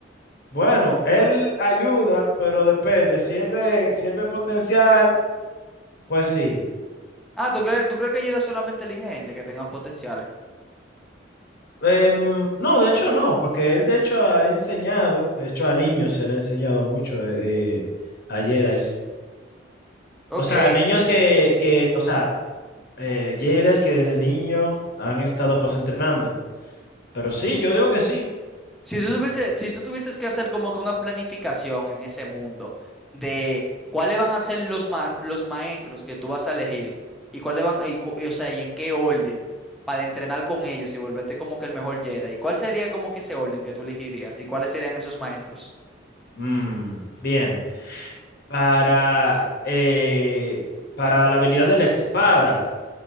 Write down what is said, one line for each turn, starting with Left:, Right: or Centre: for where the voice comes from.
Left: Bueno, él ayuda, pero depende. Si él ve, si él ve potencial, pues sí.
Centre: Ah, ¿tú crees, tú crees que ayuda solamente elige gente que tengan potenciales?
Left: Em, no, de hecho no, porque él de hecho ha enseñado, de hecho a niños se le ha enseñado mucho eh, a Jedi.
Centre: Ok.
Left: O sea, niños que, que o sea, eh, Jedis que desde niño han estado pues entrenando. Pero sí, yo digo que sí.
Centre: Si tú tuviese- si tú tuvieses que hacer como que una planificación en ese mundo de cuáles van a ser los, ma- los maestros que tú vas a elegir y cuáles van, y, cu- y, o sea, y en qué orden para entrenar con ellos y volverte como que el mejor Jedi, ¿cuál sería como que ese orden que tú elegirías y cuáles serían esos maestros?
Left: Mm, bien. Para, eh, para la habilidad de la espada,